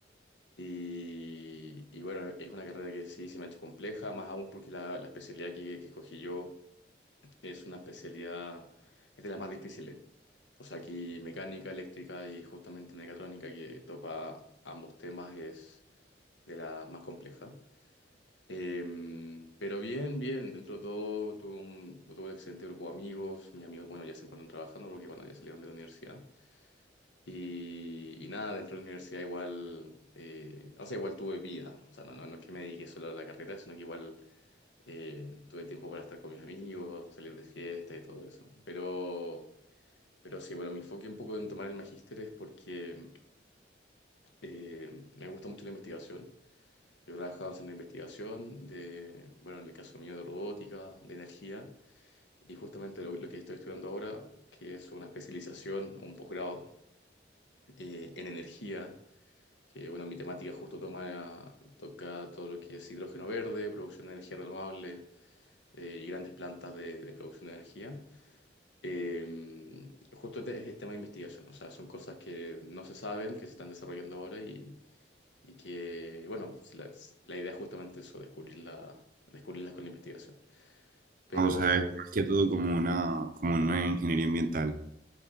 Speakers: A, on the left; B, on the right.
A: Y, y bueno, es una carrera que sí se me ha hecho compleja, más aún porque la, la especialidad que, que escogí yo es una especialidad, es de las más difíciles. O sea, aquí mecánica, eléctrica y justamente mecatrónica que topa ambos temas es de las más complejas. Eh, pero bien, bien, dentro de todo tuve un, tuve un excelente grupo de amigos, mis amigos, bueno, ya se encuentran trabajando porque, bueno, ya salieron de la universidad. Y, y nada, dentro de la universidad igual, eh, o sea, igual tuve vida, o sea, no, no, no es que me dediqué solo a la carrera, sino que igual eh, tuve tiempo para estar con mis amigos, salir de fiesta y todo eso. Pero, pero sí, bueno, me enfoqué un poco en tomar el magíster es porque <clears throat> eh, me gusta mucho la investigación. Yo trabajaba en una investigación de, bueno, en el caso mío de robótica, de energía, y justamente lo, lo que estoy estudiando ahora, que es una especialización, un posgrado eh, en energía, que bueno, mi temática justo toma, toca todo lo que es hidrógeno verde, producción de energía renovable eh, y grandes plantas de, de producción de energía. Eh, justo este es tema de investigación, o sea, son cosas que no se saben, que se están desarrollando ahora y Y que, bueno, si la, si, la idea es justamente eso, descubrirla, descubrirlas con la investigación. Pero
B: Ah, O sea, es más que todo como una, como una ingeniería ambiental,